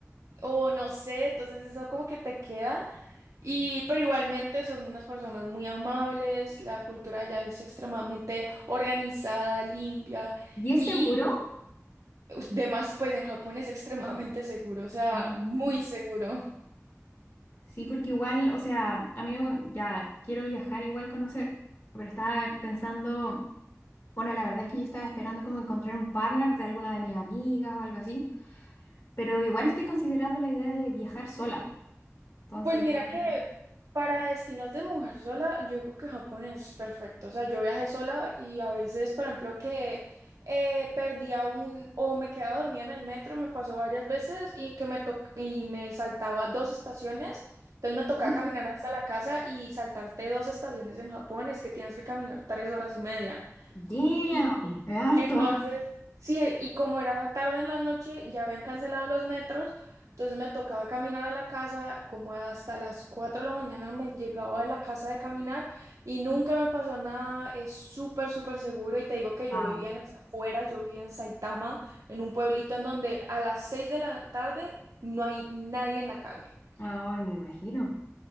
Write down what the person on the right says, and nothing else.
o no sé, entonces eso como que te queda y pero igualmente son unas personas muy amables, la cultura allá es extremadamente organizada, limpia
y
demás, pues en Japón es extremadamente seguro, o sea,
muy seguro.
Pues
mira que para destinos de mujer sola, yo digo que Japón es perfecto. O sea, yo viajé sola y a veces, por ejemplo, que eh, perdía un o me quedaba dormida en el metro, me pasó varias veces y que me to- y me saltaba dos estaciones. Entonces me tocaba
caminar hasta la casa y saltarte dos estaciones en Japón es que tienes que caminar tres horas y media.
Y
entonces, sí, y como era tarde en la noche, ya habían cancelado los metros, entonces me tocaba caminar a la casa, como hasta las 4 de la mañana me llegaba de la casa de caminar y nunca me pasó nada, es súper, súper seguro y te digo que yo
vivía en las afueras, yo vivía en Saitama, en un pueblito en donde a las 6 de la tarde no hay nadie en la calle.